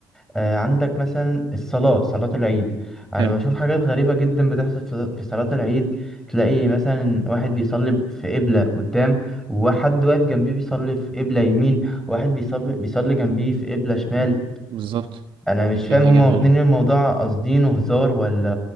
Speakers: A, in the centre; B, on the right (about 60°).
A: آه، عندك مثلا الصلاة صلاة العيد أنا
B: حلو
A: بشوف حاجات غريبة جدا بتحصل في في صلاة العيد تلاقي مثلا واحد بيصلي في قبلة قدام وحد واقف جنبيه بيصلي في قبلة يمين واحد بيصلي بيصلي جنبيه في قبلة شمال
B: بالظبط
A: أنا مش
B: في
A: فاهم
B: حاجات
A: هما واخدين
B: غريبه
A: الموضوع قاصدينه هزار ولا